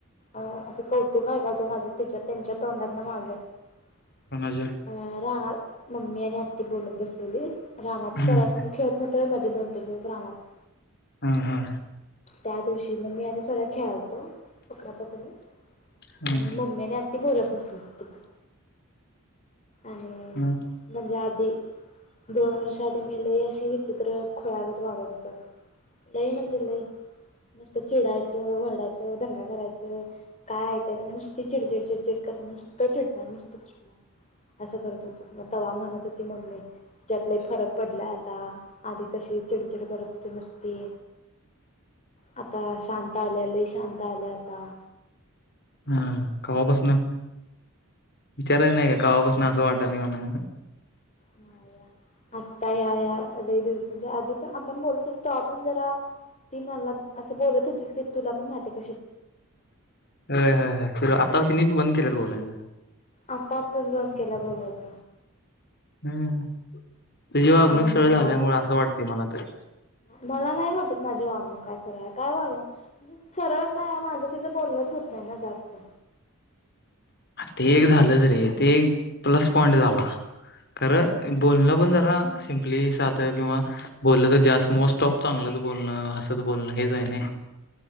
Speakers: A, on the left; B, on the left.
A: अह असं कौतुक ऐका तू माझे तिच्या त्यांच्या तोंडात ना माझं अह
B: कोणाच्या
A: रानात मम्मी आणि आत्ती बोलत बसलेली रानात
B: हम्म
A: सर संग खेत नवतोय मध्ये दोन तीन दिवस रानात
B: हा हा.
A: त्या दिवशी मम्मी आणि सरळ खेळालतो पकडा पकडी
B: हा
A: आणि मम्मीने आ त्ते बोलत बसले होते आणि
B: मग
A: म्हणजे आधी दोन वर्ष आधी मिले अशी विचित्र खुळ्यागत वागत होत लई म्हणजे लई नुसतं चिडायचं, वरडायचं, दंगा करायचं, काय ऐकायचं नाय नुसती चिडचिड चिडचिड कर नुसत चिडणार नुसत चिडणार असं करत होत मग तवा म्हणत होती मम्म त्याच्यात लय फरक पडलाय आता आधी कशी चिडचिड करत होती नुसती आता शांत आले लय शांत आले आता
B: हम्म कवापासन विचारायल नाही का कवापासन असं वाटाल म्हणा
A: हा या आत्ता या या लय दिवसांच्या आधी पण आपण बोलत होतो तो आपण जरा ती मला असं बोलत होतीस की तुला पण नाटक
B: व्हय व्हय व्हय तर आता तिने बंद केलेत बोलायचं.
A: आत्ता आत्ताच बंद केल बोलायच.
B: हम्म तुझी वागणूक
A: आणि
B: सरळ
A: म्हणाल
B: झाल्यामुळे असं वाटते मला तरी
A: मला नाही वाटत माझी वागणूक काय सारा काय वागणूक सरळ काय माझं तिचं बोललंच होत नाही ना जास्त.
B: ते एक झालंच रे ते एक प्लस पॉइंट झाला. खरं बोलणं पण जरा सिंपली साधं किंवा बोललं तर जास्त मोस्ट ऑफ चांगलंच बोलणं, हसत बोलणं हेच आहे नाही